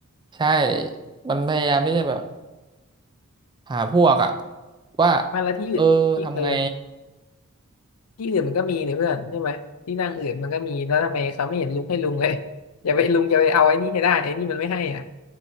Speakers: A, on the right; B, on the left.
A: ใช่มันพยายามที่จะแบบหาพวกอ่ะว่า
B: ไมาแล้วที่อื่นที่เออ
A: เออทำไง
B: ที่อื่นมันก็มีเนี่ยเพื่อนใช่ไหมที่นั่งอื่นมันก็มีแล้วทำไมเขาไม่เห็นลุกให้ลุงเลยอย่าไปลุงอย่าไปเอาไอ้นี่ให้ได้ไอ้นี่มันไม่ให้อ่ะ